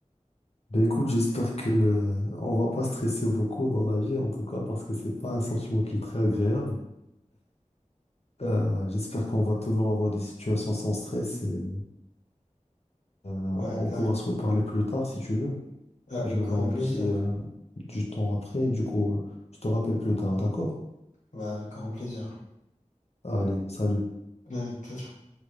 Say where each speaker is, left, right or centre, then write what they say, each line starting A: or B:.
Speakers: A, on the left; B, on the left.
A: Ben écoute, j'espère que euh, on va pas stresser beaucoup dans la vie, en tout cas, parce que c'est pas un sentiment qui est très agréable. Euh, j'espère qu'on va toujours avoir des situations sans stress et euh,
B: Ouais,
A: on
B: carrément.
A: pourra se reparler plus tard si tu veux.
B: Avec
A: J'aurai
B: grand
A: un
B: plaisir.
A: petit euh, du temps après, du coup, euh, je te rappelle plus tard, d'accord?
B: Ouais, avec grand plaisir.
A: Allez, salut.
B: Allez, ciao, ciao.